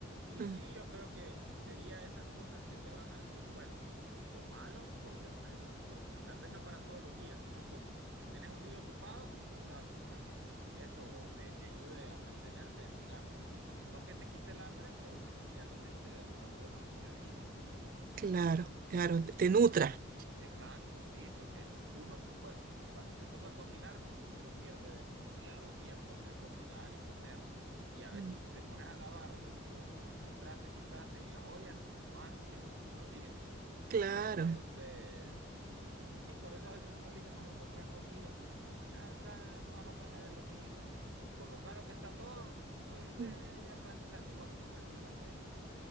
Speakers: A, on the right; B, on the right.
A: Y
B: Mm.
A: sí, yo creo que sería esas cosas que te van a decir, bueno, tomalo porque lo neces por, tal vez no para todos los días, sino como tenés un día ocupado, usalo para que eso te, te ayude a mantenerte sin hambre. No que te quite el hambre, pero que sí te alimente de alguna forma, aunque sea mínima, ¿no?
B: Claro, claro, te te nutra.
A: Exacto, sí, porque uno, bueno, cuando te toca cocinar, uno pierde demasiado tiempo entre cocinar y comer, ¿no? Y a veces,
B: Mm.
A: y si te pones a lavar los, los trastes que usaste y las ollas, más tiempo todavía.
B: Claro,
A: Entonces, y, y sí, por eso a veces uno elige mejor comprar comida, porque "Ah, acá más o menos es lo mismo, así. Y con lo caro que está todo, pues
B: Mm.
A: eh, ya casi sale igual comer de la calle que,